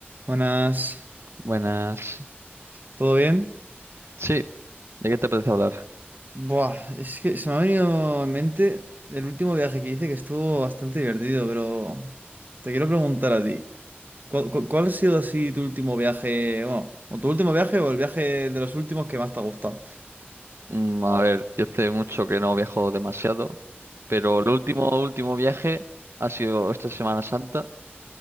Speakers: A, on the right; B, on the right.
A: Buenas,
B: Buenas.
A: ¿todo bien?
B: Sí, ¿de qué te apetece hablar?
A: Buah, es que se me ha venido en mente el último viaje que hice que estuvo bastante divertido, pero te quiero preguntar a ti, ¿cuál, cu- cuál ha sido así tu último viaje, bueno, o tu último viaje o el viaje de los últimos que más te ha gustado?
B: Mm, a ver, yo hace mucho que no viajo demasiado, pero el último, último viaje ha sido esta Semana Santa,